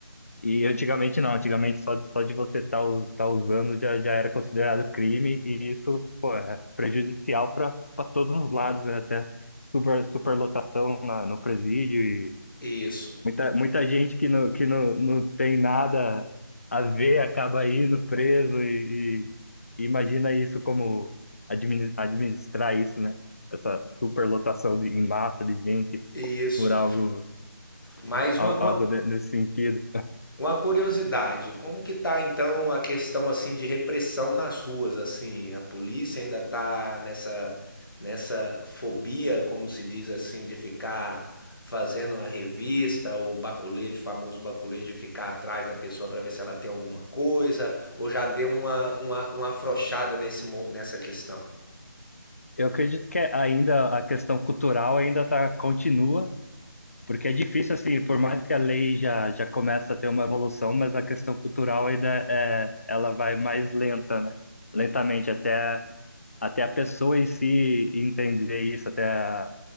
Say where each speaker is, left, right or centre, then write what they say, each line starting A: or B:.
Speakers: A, on the left (about 40°); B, on the left (about 80°).
A: E antigamente não, antigamente só, só de você estar usando já, já era considerado crime, e isso, pô, é prejudicial para todos os lados, né? Até super, superlotação na, no presídio e
B: isso.
A: muita, muita gente que, não, que não, não tem nada a ver acaba indo preso e, e imagina isso como admini- administrar isso, né? Essa superlotação de, em massa de gente
B: Isso.
A: por algo,
B: Mais
A: al-
B: uma, uma,
A: algo de- nesse sentido.
B: Uma curiosidade, como que tá então a questão assim de repressão nas ruas assim? A polícia ainda tá nessa nessa fobia, como se diz assim, de ficar fazendo a revista, o baculejo, o famoso baculejo de ficar atrás da pessoa para ver se ela tem alguma coisa, ou já deu uma, uma, uma afrouxada nesse, mo- nessa questão?
A: Eu acredito que ainda a questão cultural ainda tá, continua, porque é difícil, assim, por mais que a lei já, já começa a ter uma evolução, mas a questão cultural ainda é, ela vai mais lenta, né? Lentamente, até, até a pessoa em si entender isso, até a-